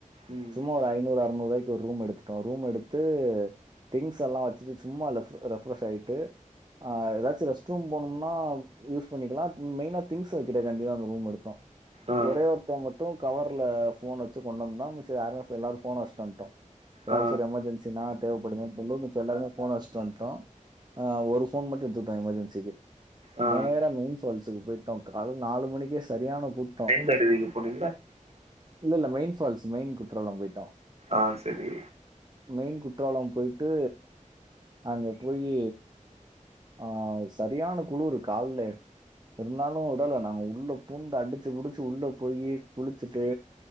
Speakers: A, on the right; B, on the right.
A: ம்
B: சும்மா ஒரு ஐநூறு அறுநூறு ரூபாயிக்கு ரூம் எடுத்துட்டோ ரூம் எடுத்து திங்ஸ் எல்லாம் வச்சுட்டு சும்மா ரெஃப்ரேஷ் ஆயிட்டு ஆ ஏதாச்சு ரெஸ்ட் ரூம் போனோம்னா யூஸ் பண்ணிக்கலா மெயினா திங்ஸ் வைக்கிற காண்டி தா அந்த ரூம் எடுத்தோ
A: ஆ
B: ஒரே ஒருத்தர் மட்டும் கவர்ல போன் வச்சு கொண்டு வந்தா மிச்ச யாமே எல்லாரு போன் வச்சுட்டு வந்துட்டோ ஏதாச்சு
A: ஆ
B: ஒரு எமர்ஜென்சினா தேவைப்படுமன்னு சொல்ல எல்லாருமே போன் வச்சுட்டு வந்துட்டோ ஆ ஒரு ஃபோன் மட்டும் எடுத்துட்டோ எமர்ஜென்சிக்கு
A: ஆ
B: நேரா மெயின் ஃபால்ஸ்க்கு போயி டோம் அது நாலு மணிக்கே சரியான கூட்டம்
A: சேரி நீங்க போனே
B: இல்ல இல்ல மெயின் ஃபால்ஸ் மெயின் குற்றலாம் போயிட்டோ
A: ஆ சரி
B: மெயின் குற்றாலம் போயிட்டு அங்க போயி ஆ சரியான குளிரு கால்ல இருந்தாலும் விடல நாங்க உள்ள பூந்து அடிச்சு புடிச்சு உள்ள போயி குளிச்சிட்டு